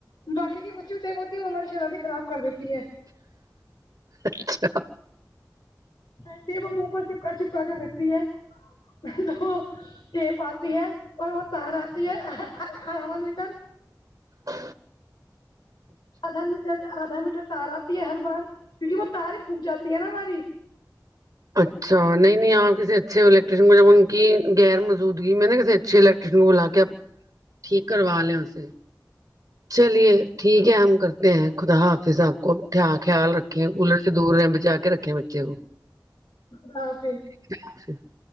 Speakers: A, on the left; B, on the right.
A: باقی کی بچی ٹیپ ہوتی ہے وہ ہماری شرادی خراب کر دیتی ہے
B: اچھا
A: کہتی ہے وہ منہ پر چپکا چپکا کے پھرتی ہے تو چٹیپ آتی ہے اور وہ تار آتی ہے ہوا میٹر
B: ہ
A: آدھا میٹر آدھا میٹر تار آتی ہے ہر بار کیونکہ وہ تار ہی پھک جاتی ہے نا ہماری
B: اچھا نہیں آپ کسی اچھے الیکٹریشن میں ان کی غیر موجودگی میں نا کسی اچھی بلا کے ٹھیک کروا لیے اسے چلیے ٹھیک ہے ہم کرتے ہیں خدا حافظ آپ کو تھا دھیان خیال رکھے کولر سے دور رہ بچا کے رکھے بچے کو
A: خدا حافط
B: <unintelligible>